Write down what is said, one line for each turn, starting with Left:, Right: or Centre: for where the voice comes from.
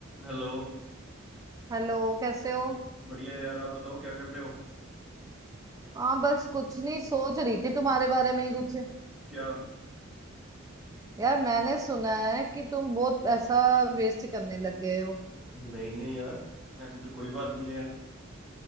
Centre: Hello
Right: Hello कैसे हो
Centre: बढ़िया यार आप बताओ क्या कर रहे हो
Right: हाँ बस कुछ नहीं सोच रही थी तुम्हारे बारे में ही कुछ
Centre: क्या
Right: यार मैंने सुना है कि तुम बहुत पैसा वेस्ट करने लग गए हो
Centre: नहीं नहीं यार ऐसी तो कोई बात नहीं है यार